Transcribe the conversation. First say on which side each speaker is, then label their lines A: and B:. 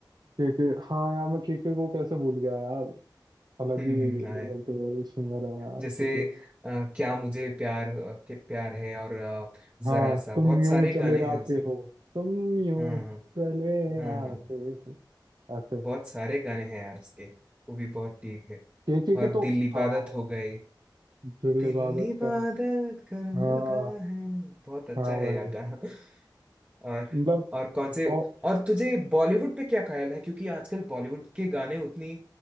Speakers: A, on the right (about 60°); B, on the right (about 20°).
A: के के हाँ यार मैं के के को कैसे भूल गया यार अलग
B: हम्म
A: ही
B: हम्म हाँ
A: लेवल
B: यार।
A: के सिंगर है यार
B: जैसे
A: के के
B: आ, क्या मुझे प्यार आ, के प्यार है और आ, जरा
A: हाँ
B: सा
A: तुम
B: बहुत
A: यूं
B: सारे
A: चले
B: गाने
A: आते
B: हैं उसके
A: हो तुम यूं
B: हाँ हाँ
A: चले
B: हाँ
A: आते
B: हाँ
A: हो ऐसे
B: बहुत सारे गाने हैं यार उसके वो भी बहुत ठीक है
A: के के के
B: और
A: तो
B: दिल इबादत
A: हाँ
B: हो गए
A: दिल
B: दिल
A: इबादत
B: इबादत
A: कर
B: करने
A: हाँ
B: लगा है बहुत अच्छा
A: हाँ
B: है
A: भाई
B: यार गाना और
A: मतलब
B: और कौन से
A: और
B: और तुझे बॉलीवुड पे क्या ख्याल है क्योंकि आजकल बॉलीवुड के गाने उतनी